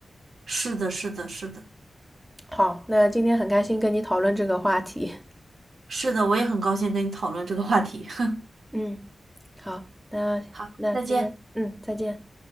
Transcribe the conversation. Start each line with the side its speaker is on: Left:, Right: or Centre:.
Right: 是的，是的，是的，
Centre: 好，那今天很开心跟你讨论这个话题。
Right: 是的，我也很高兴跟你讨论这个话题。<laughs>
Centre: <laughs> 嗯，好，那那今天，
Right: 好，再见。
Centre: 嗯，再见。